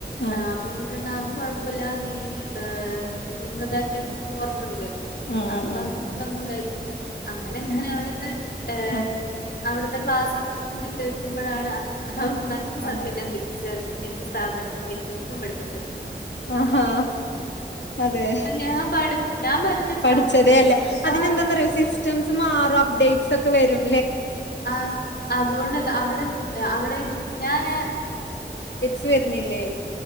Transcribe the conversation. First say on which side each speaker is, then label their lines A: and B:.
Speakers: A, on the left; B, on the left.
A: ആഹ്
B: ആ അപ്പൊന്നോട്ർഞ്ഞാത് കൊഴപ്പൊല്ല നീ ഹ് ഒന്നതാക്കിയാ നിനക്ക് ഓർമ്മ വരും പിന്നെ
A: ഉം
B: അപ്പൊ
A: ഉം
B: അങ്ങനൊക്കെ
A: ഉം
B: ഒന്ന് താക് അങ്ങനെങ്ങനെ അവിടുന്ന് ഏ
A: ആഹ്
B: അവിടുത്തെ ക്ലാസ്സൊക്കെ ഒന്നു കൂടി കേൾക്കുമ്പോഴാണ് ഔ നഗ്നസത്യ
A: ആഹ്
B: ഞാൻ കരു ജെ റിഞ്ഞു എന്റെ സ്ഥാപനത്തിന്ന് എനിക്കൊന്നും പഠിപ്പിച്ചെർണില്ല
A: ആഹാ അതെ
B: ഞാൻ പഠി ഞാൻ വിചാരിച്ച്
A: പഠിച്ചതേ
B: ആ സംഭവം
A: അല്ല അതിനെന്താന്നറിയോ
B: ആ അതാണ്
A: സിസ്റ്റംസ് മാറു അപ്ഡേറ്റ് തൊക്കെ വരും
B: ആ അതുകൊണ്ടല്ല അവിടെ അവിടെ എനിക്ക് ഞാന്
A: ത്ത് വർണില്ലേ